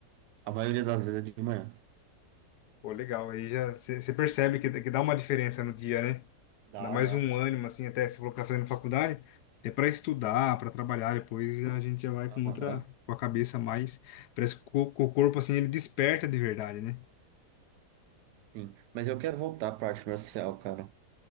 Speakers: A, on the right; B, on the left.
A: a maioria das vezes é de manhã.
B: Pô, legal. Aí já você percebe que, que dá uma diferença no dia, né?
A: Dá,
B: Dá mais
A: dá.
B: um ânimo, assim, até se colocar fazendo faculdade, é para estudar, para trabalhar, depois a gente já vai com outra,
A: Aham,
B: com a cabeça mais. Parece que o, co- o corpo, assim, ele desperta de verdade, né?
A: sim. Mas eu quero voltar pra arte marcial, cara.